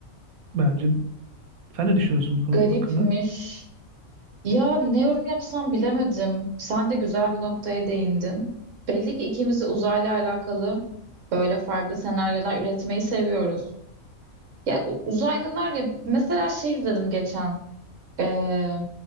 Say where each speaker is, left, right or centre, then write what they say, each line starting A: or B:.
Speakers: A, on the right; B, on the right.
A: Bence sen ne düşünüyorsun bu konu
B: garipmiş.
A: hakkında?
B: Ya ne yorum yapsam bilemedim. Sen de güzel bir noktaya değindin. Belli ki ikimiz de uzayla alakalı böyle farklı senaryolar üretmeyi seviyoruz. Ya u- uzaylılar ya mesela şey izledim geçen. Ee,